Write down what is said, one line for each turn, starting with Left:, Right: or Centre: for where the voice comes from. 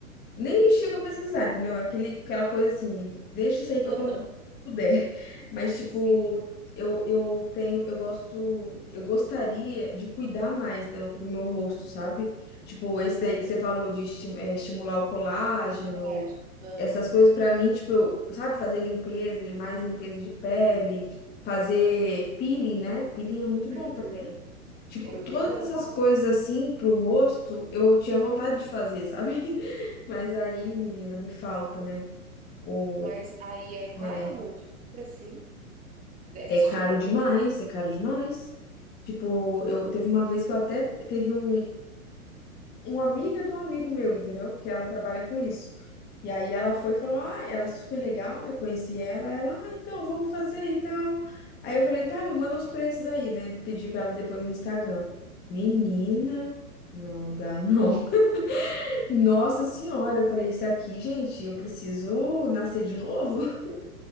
Left: nem
Right: Hum?
Left: chega a pesquisar, entendeu? É Aquele, aquela coisa assim, deixa isso aí pra
Right: Aham,
Left: quando puder. <laughs> Mas, tipo,
Right: sim,
Left: eu, eu tenho, eu gosto, eu gostaria de cuidar mais do, do meu rosto, sabe? Tipo,
Right: aham.
Left: esse daí que você falou de esti- eh, estimular o colágeno,
Right: De mundo de colagem. Aham,
Left: essas coisas pra mim, tipo, eu, sabe, fazer limpeza, mais limpeza de pele,
Right: sim.
Left: fazer peeling, né? Peeling é muito
Right: Uhum.
Left: bom Tipo,
Right: É muito
Left: todas
Right: bom,
Left: essas coisas assim pro rosto, eu tinha vontade de fazer, sabe? <laughs> Mas aí,
Right: sim.
Left: menina, me falta, né? O
Right: Mas aí é caro
Left: olha,
Right: um monte de obra, sim? Desse
Left: é é caro
Right: tipo...
Left: demais,
Right: eu-
Left: é caro demais. Tipo, eu teve uma vez que eu até teve um uma amiga de um amigo meu, entendeu? Que ela trabalha com isso. E aí ela foi e falou: "Ah, ela é super legal, né? Conheci ela". Ela: "Ah, então vamos fazer e tal". Aí eu falei: "Tá, me manda os preços aí, né?" Pedi pra ela depois no Instagram. Menina, não dá, não. Nossa senhora, eu falei, isso aqui, gente, eu preciso nascer de novo, <laughs>